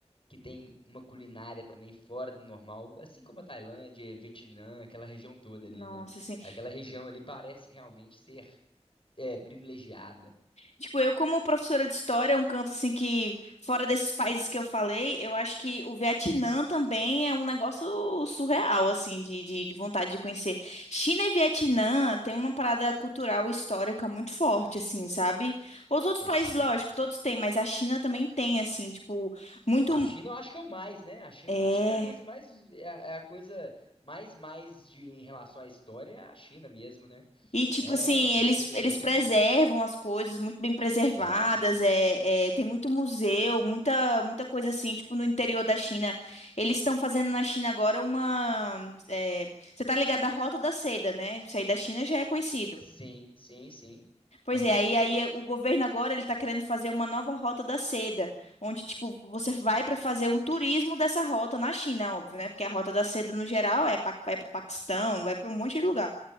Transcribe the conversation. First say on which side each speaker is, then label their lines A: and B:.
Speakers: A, on the left; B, on the left.
A: que tem uma culinária também fora do normal, assim como a Tailândia, Vietnã, aquela região toda ali,
B: Nossa,
A: né?
B: assim.
A: Aquela região ali parece realmente ser é, privilegiada.
B: Tipo, eu como professora de história, é um canto assim que, fora desses países que eu falei, eu acho que o Vietnã também é um negócio surreal, assim, de, de, de vontade de conhecer. China e Vietnã tem uma parada cultural e histórica muito forte, assim, sabe? Os outros
A: É
B: países,
A: China?
B: lógico, todos têm, mas a China também tem, assim, tipo, muito...
A: A China eu acho que é o mais, né? A China
B: É...
A: eu acho que é a coisa mais, é a é a coisa mais mais de em relação à história é a China mesmo, né?
B: E, tipo
A: É,
B: assim, eles,
A: é uma coisa
B: eles
A: bem,
B: preservam as coisas muito bem preservadas,
A: é,
B: é, é, tem muito museu, muita, muita coisa assim, tipo no interior da China. Eles estão fazendo na China agora uma. é, você tá ligado à Rota da Seda, né? Isso aí da China já é conhecido.
A: sim, sim, sim.
B: Pois
A: Aham.
B: é, aí, aí é- o governo agora ele tá querendo fazer uma nova Rota da Seda, onde, tipo, você vai para fazer um turismo dessa rota na China, óbvio, né? Porque a Rota da Seda, no geral, é para vai para Paquistão, vai para um monte de lugar.